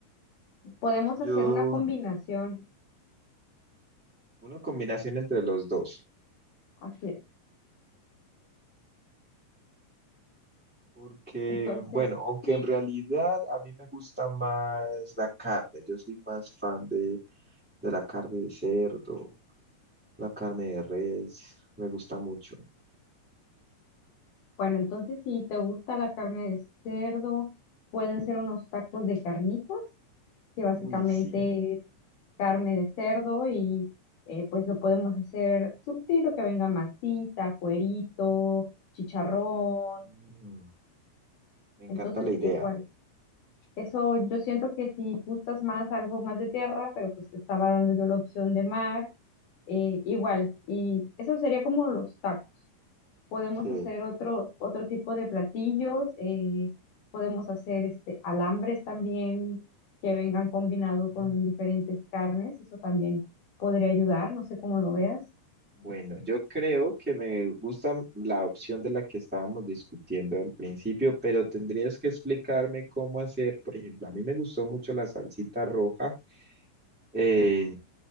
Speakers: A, on the left; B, in the centre.
A: Podemos
B: Yo,
A: hacer una combinación,
B: una combinación entre los dos.
A: así es.
B: Porque,
A: Entonces,
B: bueno, aunque
A: sí,
B: en realidad a mí me gusta más la carne, yo soy más fan de, de la carne de cerdo, la carne de res, me gusta mucho.
A: Bueno, entonces si te gusta la carne de cerdo, pueden ser unos tacos de carnitas, que básicamente
B: Uy, sí,
A: es carne de cerdo y eh, pues lo podemos hacer surtido, que venga masita, cuerito, chicharrón.
B: Mm, me encanta
A: Entonces
B: la idea.
A: igual, eso yo siento que si gustas más algo más de tierra, pero pues te estaba dando yo la opción de mar, eh, igual. Y eso sería como los tacos. podemos
B: Ok.
A: hacer otro, otro tipo de platillos, eh, podemos hacer este, alambres también que vengan combinado
B: Mm.
A: con diferentes carnes, eso también podría ayudar, no sé cómo lo veas.
B: Bueno, yo creo que me gusta la opción de la que estábamos discutiendo al principio, pero tendrías que explicarme cómo hacer, por ejemplo, a mí me gustó mucho la salsita roja Eh,